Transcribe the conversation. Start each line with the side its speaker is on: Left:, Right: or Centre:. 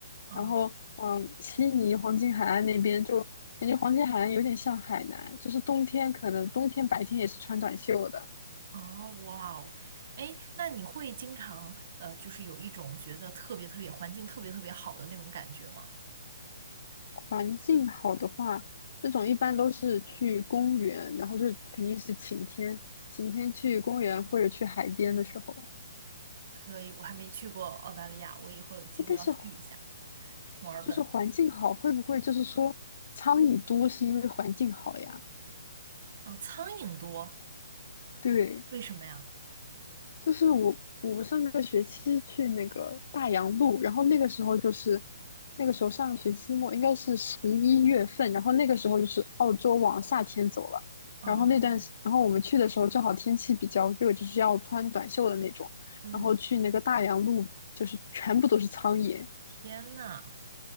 Right: 啊。
Left: 然后，嗯，悉尼黄金海岸那边就感觉黄金海岸有点像海南，就是冬天可能冬天白天也是穿短袖的，
Right: 哦，哇哦，哎，那你会经常呃，就是有一种觉得特别特别环境特别特别好的那种感觉吗？
Left: 环境好的话，这种一般都是去公园，然后就是肯定是晴天，晴天去公园或者去海边的时候。
Right: 可以，我还没去过澳大利亚，我以后有机会要去一下
Left: 哎但是
Right: 墨尔本。
Left: 就是环境好，会不会就是说苍蝇多是因为环境好呀？
Right: 哦，苍蝇多，
Left: 对，
Right: 为什么呀？
Left: 就是我我上个学期去那个大洋路，然后那个时候就是那个时候上学期末应该是十一月份，然后那个时候就是澳洲往夏天走了，
Right: 哦，
Left: 然后那段时然后我们去的时候正好天气比较热，就是要穿短袖的那种，
Right: 嗯，
Left: 然后去那个大洋路就是全部都是苍蝇。
Right: 天呐，